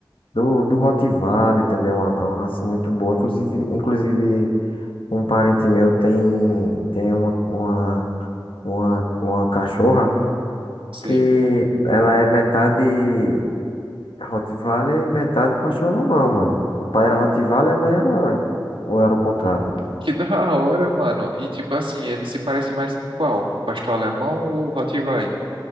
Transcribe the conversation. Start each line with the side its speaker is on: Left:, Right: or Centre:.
Left: Do, do Rottweiler também é uma, é uma raça muito boa. Inclusive, inclusive um parente meu tem, tem uma, uma, uma, uma cachorra
Right: sei.
Left: que ela é metade Rottweiler e metade pastor alemão, mano. O pai era Rottweiler e a mãe era... Ou era o contrário?
Right: Que da hora, mano. E, tipo assim, ele se parece mais com qual? Com o pastor alemão ou o Rottweiler?